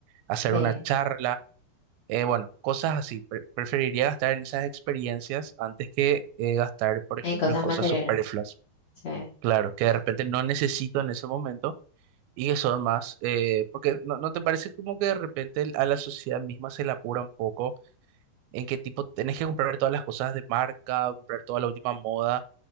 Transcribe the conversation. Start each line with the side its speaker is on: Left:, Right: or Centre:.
Right: hacer
Left: sí,
Right: una charla eh, bueno, cosas así. Pre- preferiría gastar en esas experiencias antes que eh, gastar, por ejemplo,
Left: en cosas
Right: en cosas
Left: materiales,
Right: superfluas.
Left: sí,
Right: Claro, que de repente no necesito en ese momento y que son más, eh, porque no, ¿no te parece como que de repente el- a la sociedad misma se la apura un poco en qué tipo tenés que comprar todas las cosas de marca, comprar toda la última moda?